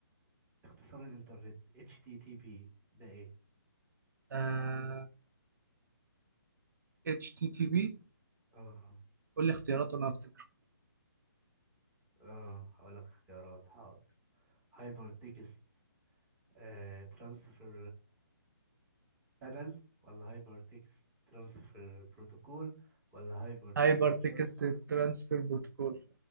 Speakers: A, on the right; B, on the right.
A: اختصار الإنترنت HTTP ده إيه
B: آه اتش تي تي بي
A: آه
B: قول لي اختيارات وأنا أفتكر
A: آه هقول لك اختيارات حاضر هايبر تكست آه، ترانسفير بارل ولا هايبر تكست ترانسفير بروتوكول ولا هايبر تكست
B: هايبر تكست
A: ترانسفير
B: ترانسفير بروتوكول